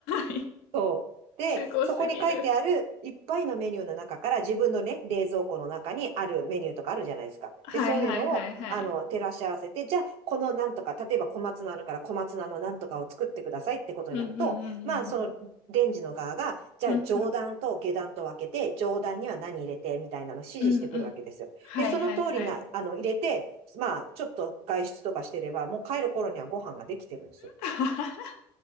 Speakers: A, on the left (about 75°); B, on the right (about 65°).
A: い。
B: そう。
A: <laughs>
B: で、
A: すごすぎる。
B: そこに書いてあるいっぱいのメニューの中から自分のね、冷蔵庫の中にあるメニューとかあるじゃないですか。
A: はいはいはいはい。
B: で、そういうのを、あの、照らし合わせて、じゃあ、このなんとか、例えば小松菜あるから小松菜のなんとかを作ってくださいってことになると、
A: うんうんうん
B: まあ、そのレンジの側が、じゃあ、
A: うんうん。
B: 上段と下段と分けて、
A: うんうん。
B: 上段には何入れて、みたいなのを指示してくるわけですよ。
A: うんうん。はいはいはい。
B: で、その通りな、あの、入れて、まあ、ちょっと外出とかしてれば、もう帰る頃にはご飯ができてるんですよ。
A: <laughs>